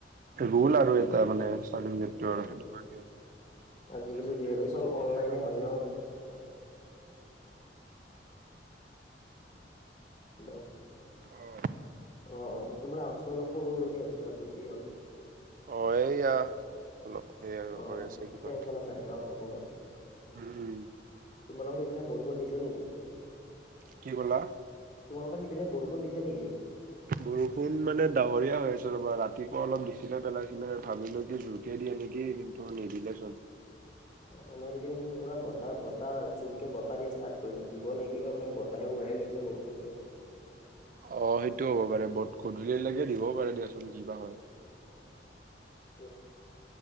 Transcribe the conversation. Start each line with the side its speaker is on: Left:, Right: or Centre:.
Right: ৰোল আৰু এটা মানে। উম, হেতু
Left: উম
Right: আৰু হেনেকুৱাকে।
Left: আজিকালি
Right: চাৰ্টিফিকেট
Left: যিহেতু চব
Right: দিলে
Left: অনলাইনে
Right: হে কাম
Left: হয়
Right: টো
Left: ন।
Right: কৰিব কৰিব <inaudible>
Left: হেল্ল'?
Right: অ'।
Left: অ', অ', তোমাৰ আৱাজ টো অলপ সৰু-সৰুকে আহিছিলে বোলোঁ কি হ'ল।
Right: অ', এইয়া। অলপ সেই আৰু
Left: অ
Right: হৈ আছে কিবা,
Left: ফেনখন আছে অ হ'ব পাৰে
Right: উম।
Left: তোমালোকৰ সেইপিনে বৰষুণ দিছে নেকি?
Right: কি ক'লা?
Left: তোমালোকৰ সিপিনে বৰষুণ দিছে নেকি?
Right: বৰষুণ মানে ডাৱৰীয়া হৈ আছে ৰবা ৰাতিপুৱা অলপ দিছিলে পেলাইছিলে ভাবিছিলোঁ কি জুই <unintelligible> দিয়ে নেকি কিন্তু নিদিলে চুন।
Left: অ', আমাৰ ইপিনে পুৰা বতাহ-বতাহ জোৰকে বতাহ দিয়া ষ্টাৰ্ট কৰিছে দিব নেকি কাৰনে উৰাই লৈ যাই বৰষুণতটো।
Right: অ', সেইটোও হ'ব পাৰে বহুত গধূলিলৈকে দিবও পাৰে দিয়াচোন কি বা হয়?
Left: উ <unintelligible>